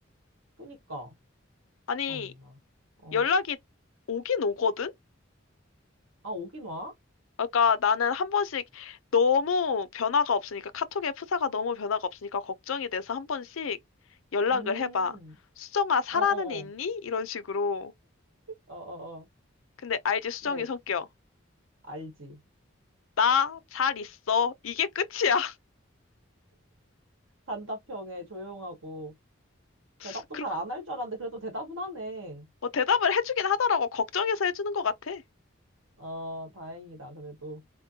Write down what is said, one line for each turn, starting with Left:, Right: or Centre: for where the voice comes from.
Right: 그니까,
Left: 아니,
Right: 참나. 어.
Left: 연락이 오긴 오거든?
Right: 아, 오긴 와?
Left: 그러니까 나는 한 번씩 너무 변화가 없으니까 카톡의 프사가 너무 변화가 없으니까 걱정이 돼서 한 번씩 연락을
Right: 음,
Left: 해봐. 수정아, 살아는
Right: 어어어.
Left: 있니? 이런 식으로.
Right: 어 어 어.
Left: 근데 알지, 수정이
Right: 네,
Left: 성격.
Right: 알지.
Left: 나 잘 있어. 이게 끝이야.
Right: 단답형에 조용하고, 대답도
Left: <laughs> 그,
Right: 잘 안 할 줄 알았는데, 그래도 대답은 하네.
Left: 뭐 대답을 해주긴 하더라고. 걱정해서 해주는 것 같아.
Right: 어, 다행이다, 그래도.